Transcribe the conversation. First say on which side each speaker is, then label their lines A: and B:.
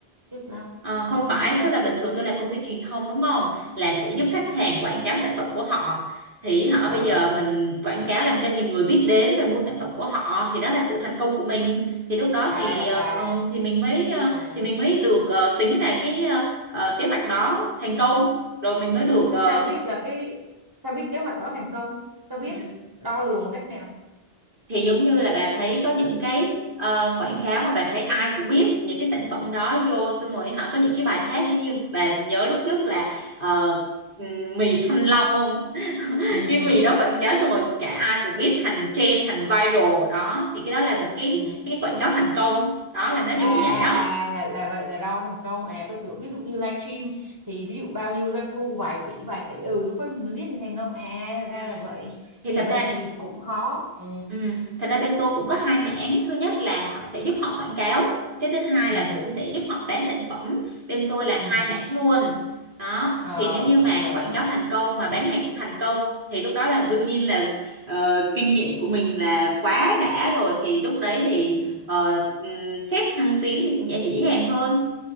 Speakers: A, on the right (about 20°); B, on the right (about 55°).
A: chứ sao
B: Ờ, không
A: chứ
B: phải,
A: sao
B: tức là bình
A: rồi
B: thường tôi làm công ty truyền thông đúng không? Là sẽ giúp
A: ừ
B: khách hàng quảng cáo sản phẩm của họ. Thì họ
A: ờ
B: bây giờ mình quảng cáo làm cho nhiều người biết đến về mua sản phẩm của họ thì đó là sự thành công của mình. Thì lúc đó
A: à
B: thì ờ,
A: à
B: ờ, thì mình mới ờ,
A: à
B: thì mình mới được ờ, tính là cái ờ, ờ, kế hoạch đó thành công rồi mình mới
A: Ủa
B: được
A: thế
B: ờ,
A: sao biết là cái sao biết kế hoạch đó thành công? Sao biết
B: ừ.
A: đo lường một cách nào?
B: thì giống như là bà thấy có những cái ờ, quảng cáo mà bà thấy ai cũng biết những cái sản phẩm đó vô xong rồi họ có những cái bài hát giống như bà nhớ lúc trước là ờ, ừm, mì Thanh Long không <laughs>
A: Ừ
B: cái
A: ừ
B: mì đó quảng cáo xong rồi cả ai cũng biết thành trend thành viral đó thì cái đó là một cái
A: ừ.
B: cái quảng cáo thành công đó là nó giống
A: À
B: như vậy đó
A: à là là vậy là đo thành công. À tôi tưởng ví dụ như livestream thì ví dụ bao nhiêu doanh thu vài tỷ vài tỷ ừ lúc đó mình mới biết thành thành công. À
B: Ừ.
A: ra là vậy.
B: thì
A: Thì
B: thật
A: vậy
B: ra
A: thì cũng khó. Ừ
B: Ừ. Thật ra bên tôi cũng có hai mảng thứ nhất là họ sẽ giúp họ quảng cáo cái thứ hai
A: ừ
B: là cũng sẽ giúp họ bán sản phẩm bên tôi làm
A: ừ.
B: hai mảng luôn đó
A: Ờ
B: thì nếu như mà
A: trời.
B: quảng cáo thành công mà bán hàng cũng thành công thì lúc đó là đương nhiên là ờ, kinh nghiệm của mình là quá đã rồi thì lúc đấy thì
A: Ừ
B: ờ, ừm, xét thăng tiến thì cũng sẽ dễ dàng hơn